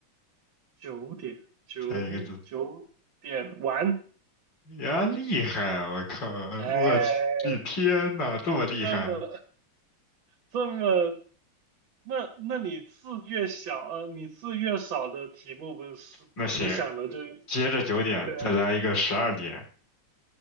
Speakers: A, on the right (about 65°); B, on the left (about 55°).
A: 九点九九点完，
B: 猜一个字。呀，厉害啊！我靠，
A: 哎，
B: 我的天呐，这么厉害！
A: 这么这么，那那你字越小，呃，你字越少的题目不是不就想的就
B: 那行，接着九点再来一个十二点。
A: 对啊